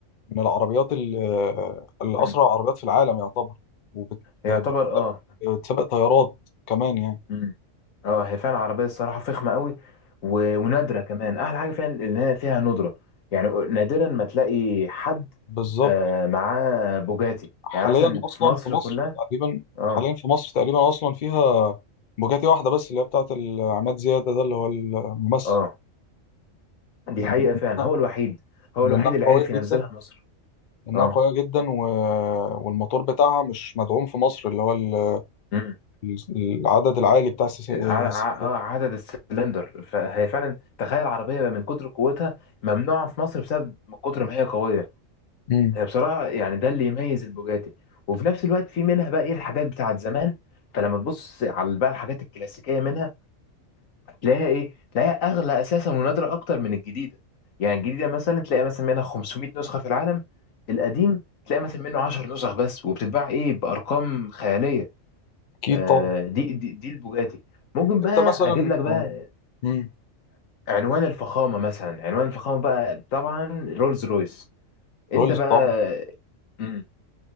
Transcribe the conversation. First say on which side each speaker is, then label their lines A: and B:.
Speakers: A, on the left; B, on the left.
A: من العربيات ال- اللي
B: مم.
A: اسرع عربيات في العالم يعتبر وبتسابق
B: هي يعتبر اه
A: طيارات كمان يعني
B: مم. اه هي فعلا عربيه الصراحه فخمه قوي و... ونادره كمان احلى حاجه فيها ان هي فيها ندره يعني نادرا ما تلاقي حد
A: بالظبط
B: آه معاه بوجاتي
A: حاليا
B: يعني مثلا
A: اصلا
B: في مصر
A: في مصر
B: كلها
A: تقريبا
B: اه
A: حاليا في مصر تقريبا اصلا فيها بوجاتي واحده بس اللي هي بتاعت عماد زياده ده اللي هو الممثل
B: اه دي
A: يعني
B: حقيقه
A: لانها
B: فعلا هو الوحيد هو
A: لأنها
B: الوحيد اللي
A: قويه
B: عرف ينزلها
A: جدا
B: مصر
A: انها
B: اه
A: قويه جدا و... والموتور بتاعها مش مدعوم في مصر اللي هو ال...
B: امم
A: ال- العدد العالي بتاع السي...
B: ع...
A: السي...
B: ع... آه، عدد السلندر فهي فعلا تخيل عربيه من كتر قوتها ممنوعه في مصر بسبب من كتر ما هي قويه
A: مم.
B: هي بصراحة يعني ده اللي يميز البوجاتي وفي نفس الوقت في منها بقى ايه الحاجات بتاعت زمان فلما تبص على بقى الحاجات الكلاسيكية منها تلاقيها ايه تلاقيها اغلى اساسا ونادرة اكتر من الجديدة يعني الجديدة مثلا تلاقي مثلا منها 500 نسخة في العالم القديم تلاقي مثلا منه 10 نسخ بس وبتتباع ايه بارقام خيالية
A: اكيد
B: آه
A: طبعا
B: دي دي, دي البوجاتي ممكن بقى
A: انت مثلا
B: اجيب لك بقى
A: آه، مم.
B: عنوان الفخامة مثلا عنوان الفخامة بقى طبعا رولز رويس انت
A: رولز
B: بقى
A: طبعا
B: مم.